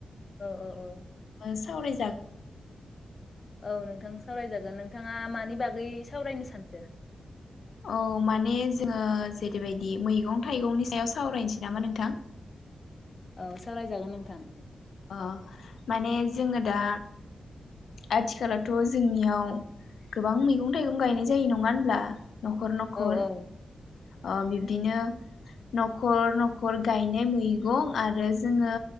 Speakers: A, on the left; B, on the left.
A: औ औ औ
B: सावराय
A: औ नोंथां सावरायजागोन। नोंथाङा मानि बागै सावरायनो सानखो?
B: औ माने जोङो जेरैबायदि मैगं थाइगंनि सायाव सावरायनोसै नामा नोंथां?
A: औ सावरायजागोन नोंथां।
B: अ माने जोङो दा आथिखालावथ' जोंनियाव गोबां मैगं थाइगं गायनाय जायो नङा होनब्ला? न'खर न'खर
A: औ औ
B: ओ बिब्दिनो न'खर न'खर गायनाय मैगं आरो जोङो